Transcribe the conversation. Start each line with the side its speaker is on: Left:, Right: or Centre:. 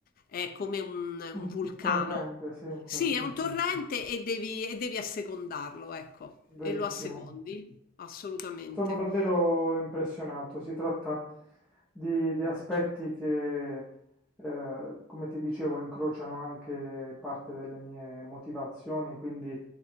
Left: è come un, un
Centre: Mm,
Left: vulcano.
Centre: Un torrente, sì, certo,
Left: Sì, è un torrente e devi, e devi assecondarlo, ecco,
Centre: verissimo.
Left: e lo assecondi, assolutamente.
Centre: Sono davvero impressionato. Si tratta di, di aspetti che, eh, come ti dicevo, incrociano anche parte delle mie motivazioni, quindi